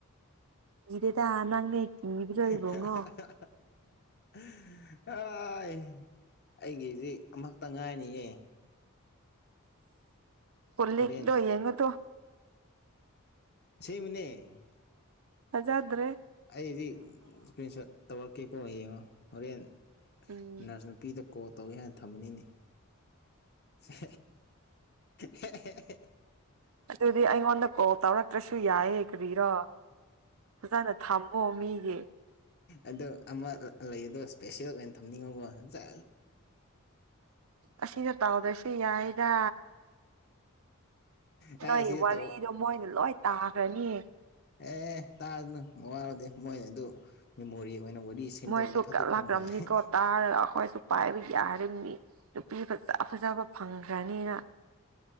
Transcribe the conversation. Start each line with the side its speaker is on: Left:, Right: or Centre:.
Right: ꯀꯤꯗꯦꯗ ꯅꯪꯅꯦ ꯀꯤꯕꯗꯣ
Left: ꯏꯪ
Right: ꯏꯕꯨꯡꯉꯣ
Left: ꯍꯥ ꯍꯥ ꯍꯥꯏ ꯑꯩꯒꯤꯁꯤ ꯑꯃꯈꯛꯇꯪ ꯉꯥꯏꯔꯅꯤꯌꯦ
Right: ꯄꯨꯂꯤꯛꯇꯣ
Left: ꯍꯣꯔꯦꯟ
Right: ꯌꯦꯡꯉꯣ ꯇꯨ
Left: ꯑꯁꯦꯡꯕꯅꯦ
Right: ꯊꯥꯖꯗ꯭ꯔꯦ
Left: ꯑꯩꯗꯤ ꯏꯁꯀ꯭ꯔꯤꯟ ꯁꯣꯠ ꯇꯧꯔꯛꯀꯦꯀꯣ ꯌꯦꯡꯉꯣ ꯍꯣꯔꯦꯟ
Right: ꯎꯝ
Left: ꯅꯔꯁ ꯅꯨꯄꯤꯗ ꯀꯣꯜ ꯇꯧꯒꯦ ꯍꯥꯏꯅ ꯊꯝꯕꯅꯤꯅꯦ ꯍꯦ ꯍꯦ ꯍꯦ
Right: ꯑꯗꯨꯗꯤ ꯑꯩꯉꯣꯟꯗ ꯀꯣꯜ ꯇꯧꯔꯛꯇ꯭ꯔꯁꯨ ꯁꯨ ꯌꯥꯏꯌꯦ ꯀꯔꯤꯔꯣ ꯐꯖꯅ ꯊꯝꯃꯣ ꯃꯤꯒꯤ
Left: ꯑꯗꯣ ꯑꯃ ꯂꯩ ꯑꯗꯣ ꯏꯁꯄꯦꯁꯦꯜ ꯑꯣꯏꯅ ꯊꯝꯅꯤꯡꯕ ꯁꯦꯁ
Right: ꯑꯁꯤꯗ ꯇꯥꯎꯗꯁꯨ ꯌꯥꯏꯗ
Left: ꯍꯥꯏ
Right: ꯅꯣꯏ
Left: ꯑꯁꯤꯗ
Right: ꯋꯥꯔꯤꯗꯣ
Left: ꯇꯧ
Right: ꯃꯣꯏꯅ ꯂꯣꯏ ꯇꯥꯈ꯭ꯔꯅꯤ
Left: ꯑꯦ ꯇꯥꯔꯅꯨ ꯃꯋꯥ ꯂꯧꯗꯦ ꯃꯣꯏ ꯑꯗꯨ ꯃꯦꯃꯣꯔꯤ ꯑꯣꯏꯅ ꯋꯥꯔꯤ ꯁꯦꯝꯗꯣꯛꯑꯒ
Right: ꯃꯣꯏꯁꯨ
Left: ꯊꯥꯗꯣꯛꯄ
Right: ꯀꯂꯛꯂꯝꯅꯤꯀꯣ
Left: ꯑꯃ ꯐꯩ
Right: ꯇꯥꯔꯒ ꯑꯩꯈꯣꯏꯁꯨ ꯄꯥꯏꯕ ꯌꯥꯔꯤꯕꯅꯤ ꯅꯨꯄꯤ ꯐꯖ ꯐꯖꯕ ꯐꯪꯈ꯭ꯔꯅꯤꯅ